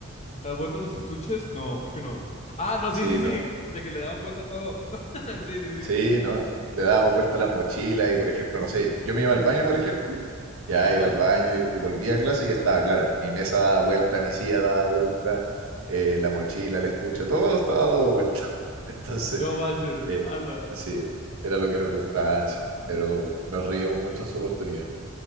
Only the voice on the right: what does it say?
Sí,
no.
Sí,
no. Le dábamos vuelta a las mochilas y por ejemplo, no sé, yo me iba al baño, por ejemplo. Ya
iba al baño y, y volvía a clase y estaba claro. Mi mesa daba vuelta, mi silla daba vuelta, eh, la mochila, el estuche, todo estaba dado vuelta. <laughs> Entonces...
Eh,
sí, era lo que nos gustaba, sí. Pero nos reímos mucho en su oportunidad